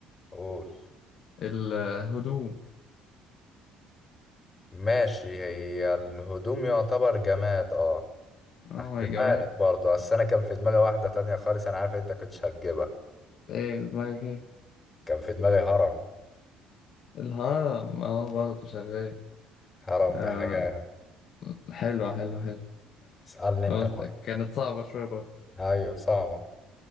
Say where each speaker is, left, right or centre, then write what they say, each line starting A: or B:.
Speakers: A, on the left; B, on the left.
A: قول
B: الهدوم
A: ماشي هي الهدوم يعتبر جماد اه
B: اه
A: هحسبها
B: يا جماعة
A: لك برضه بس انا كان في دماغي واحدة تانية خالص انا عارف انت كنتش هتجيبها
B: ايه في دماغك ايه
A: كان في دماغي هرم
B: الهرم اه برضه شغال
A: هرم
B: آه
A: دي حاجة
B: حلو حلو حلو
A: اسألني انت
B: خلاص
A: بقى
B: ده كانت صعبة شوية برضه
A: ايوه صعبة